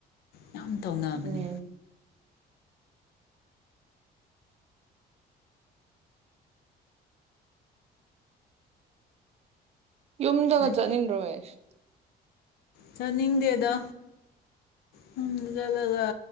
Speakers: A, on the left (about 70°); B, on the right (about 40°).
A: ꯌꯥꯝ ꯇꯧꯅꯕꯅꯦ
B: ꯎꯝ ꯌꯨꯝꯗꯒ
A: ꯐꯩ
B: ꯆꯠꯅꯤꯡꯗ꯭ꯔꯣ ꯃꯦꯁ
A: ꯆꯠꯅꯤꯡꯗꯦꯗ ꯌꯨꯝꯗ ꯆꯠꯂꯒ